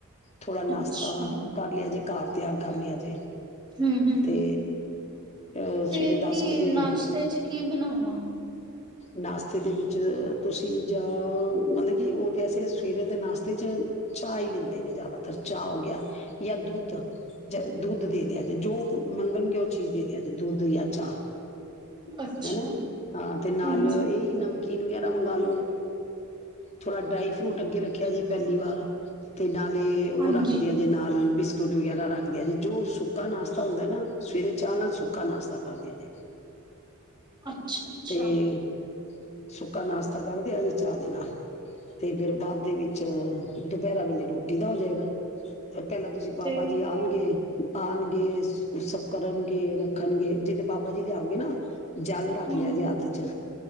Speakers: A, on the left (about 30°); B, on the right (about 20°).
A: ਥੋੜਾ ਨਾਸ਼ਤਾ
B: ਅੱਛਾ
A: ਕਰ ਲਿਆ ਜੇ- ਘਰ ਤਿਆਰ ਕਰ ਲਿਆ ਜੇ-
B: ਹੂੰ ਹੂੰ
A: ਤੇ- ਅ
B: ਤੇ
A: ਸਵੇਰੇ ਦਸ
B: ਕੀ
A: ਵਜੇ
B: ਨਾਸ਼ਤੇ ਚ ਕੀ ਬਣਾਵਾਂ-
A: ਨਾਸ਼ਤੇ ਦੇ ਵਿੱਚ ਤੁਸੀਂ ਜਾਂ ਮਤਲਬ ਕਿ ਉਹ ਵੈਸੇ ਸਵੇਰੇ ਤੇ ਨਾਸ਼ਤੇ ਚ ਚਾਹ ਹੀ ਲੈਂਦੇ ਨੇ ਜ਼ਿਆਦਾਤਰ ਚਾਹ ਹੋ ਗਿਆ ਜਾਂ ਦੁੱਧ ਦੁੱਧ ਦੇ ਦਿਆ ਜੇ ਜੋ ਮੰਗਣਗੇ ਉਹ ਚੀਜ਼ ਦੇ ਦਿਆ ਜੇ ਦੁੱਧ ਜਾਂ ਚਾਹ-
B: ਅੱਛਾ-
A: ਹਨਾ ਹਾਂ ਤੇ ਨਾਲ
B: ਹਾਂਜੀ
A: ਇਹ ਨਾ- ਨਮਕੀਨ ਵਗੈਰਾ ਮੰਗਾਲੋ- ਥੋੜ੍ਹਾ ਡਰਾਈ ਫਰੂਟ ਅੱਗੇ ਰੱਖਿਆ ਜੇ ਪਹਿਲੀ ਵਾਰ ਤੇ ਨਾਲੇ ਉਹ
B: ਹਾਂਜੀ
A: ਰੱਖਦੇ ਆ ਜੇ ਨਾਲ ਬੀ- ਬਿਸਕੁਟ ਵਗੈਰਾ ਰੱਖਦੇ ਆ ਜੀ ਜੋ ਸੁੱਕਾ ਨਾਸ਼ਤਾ ਹੁੰਦਾ ਨਾ ਸਵੇਰੇ ਚਾਹਅ ਨਾਲ ਸੁੱਕਾ ਨਾਸ਼ਤਾ ਕਰਦੇ ਆ ਜੇ-
B: ਅੱਛਾ- ਅੱਛਾ
A: ਤੇ- ਸੁੱਕਾ ਨਾਸ਼ਤਾ ਕਰਦਿਆਂ ਜੇ ਚਾਹ ਦੇ ਨਾਲ ਤੇ ਫਿਰ ਬਾਅਦ ਦੇ ਵਿੱਚ ਦੁਪਹਿਰਾ ਵੇਲੇ ਰੋਟੀ ਦਾ ਹੋ ਜਾਏਗਾ- ਪਹਿਲਾਂ ਤੁਸੀਂ ਬਾਬਾ
B: ਤੇ
A: ਜੀ ਆਣਗੇ ਆਣਗੇ- ਸਭ ਕਰਨਗੇ ਰੱਖ- ਰਖਣਗੇ ਜੇ ਬਾਬਾ ਜੀ ਲਿਆਓਗੇ ਨਾ- ਜਲ
B: ਹੂੰ
A: ਰੱਖ ਲਿਆ ਜੇ- ਚ